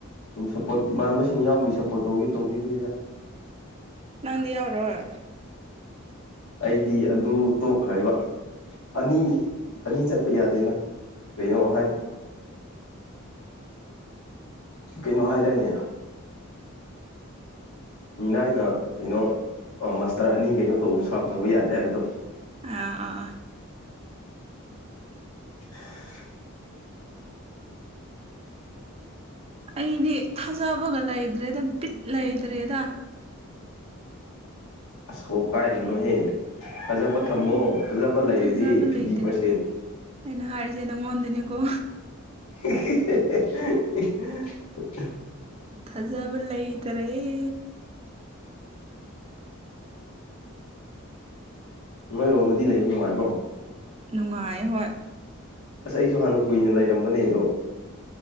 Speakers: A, on the left; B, on the right.
A: ꯁꯨꯝ ꯁꯞꯄꯣꯔꯠ ꯏꯃꯥꯟꯅꯕꯁꯤꯡ ꯌꯥꯎꯕꯒꯤ ꯁꯞꯄꯣꯔꯠ ꯇꯧꯒꯦ ꯇꯧꯕꯤꯅꯤꯗ
B: ꯅꯪꯗꯤ ꯌꯥꯎꯔꯣꯏ
A: ꯑꯩꯗꯤ ꯑꯗꯨ ꯇꯣꯛꯈ꯭ꯔꯦꯕ ꯑꯅꯤ ꯑꯅꯤ ꯆꯠꯄ ꯌꯥꯗꯦꯅ ꯀꯩꯅꯣ ꯍꯥꯏ ꯀꯩꯅꯣ ꯍꯥꯏꯗꯥꯏꯅꯦ ꯃꯤꯅꯥꯏꯅ ꯀꯩꯅꯣ ꯃꯁꯇꯔ ꯑꯅꯤ ꯀꯩꯅꯣ ꯇꯧꯕ ꯁꯥꯞꯇꯧꯕ ꯌꯥꯗꯦ ꯍꯥꯏꯕꯗꯣ
B: ꯑꯥ ꯑꯥ ꯑꯥ
A: <inaudible>
B: ꯑꯩꯗꯤ ꯊꯥꯖꯕꯒ ꯂꯩꯇ꯭ꯔꯦꯗ ꯕꯤꯠ ꯂꯩꯇ꯭ꯔꯦꯗ
A: ꯑꯁ ꯍ ꯀꯥꯏꯔꯅꯣꯍꯦ ꯐꯖ ꯊꯝꯃꯣ
B: ꯑꯩ
A: ꯐꯖꯕ
B: ꯑꯩ
A: ꯂꯩꯔꯗꯤ
B: ꯊꯥꯖꯕ
A: ꯐꯤꯐꯇꯤ
B: ꯂꯩꯇ꯭ꯔꯦ
A: ꯄꯥꯔꯁꯦꯟ
B: ꯑꯩꯅ ꯍꯥꯏꯔꯤꯁꯦ ꯅꯪꯉꯣꯟꯗꯅꯤꯀꯣ
A: <unintelligible>
B: ꯊꯖꯥꯕ ꯂꯩꯥ ꯇꯔꯦ <unintelligible>
A: ꯅꯣꯏꯔꯣꯝꯗꯗꯤ ꯂꯩꯕ ꯅꯨꯡꯉꯥꯏꯕ꯭ꯔꯣ
B: ꯅꯨꯡꯉꯥꯏ ꯍꯣꯏ
A: ꯑꯁ ꯑꯩꯁꯨ ꯍꯥꯟꯅ ꯀꯨꯏꯅ ꯂꯩꯔꯝꯕꯅꯦ ꯑꯗꯣ